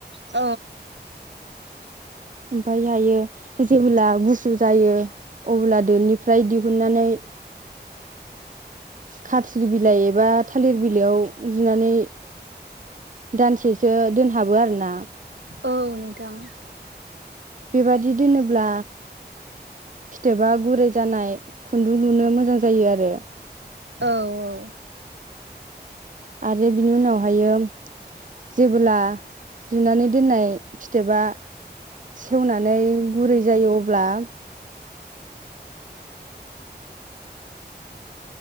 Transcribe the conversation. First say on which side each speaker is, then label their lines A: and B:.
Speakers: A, on the right; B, on the right.
A: औ
B: ओमफाय हायो जेब्ला गुसु जायो अब्ला दोनि, फ्राय दिहुननानै, खाथ्रि बिलाइ एबा थालिर बिलाइयाव जुनानै दानसे सो दोनहाबो आरो ना?
A: औ नोंथां
B: बेबादि दोनोब्ला, फिथोबा गुरै जानाय खुन्दुं लुनो मोजां जायो आरो
A: औ औ
B: आरो बिनि उनावहायो जेबोला जुनानै दोननाय फिथोबा सेवनानै गुरै जायो अब्ला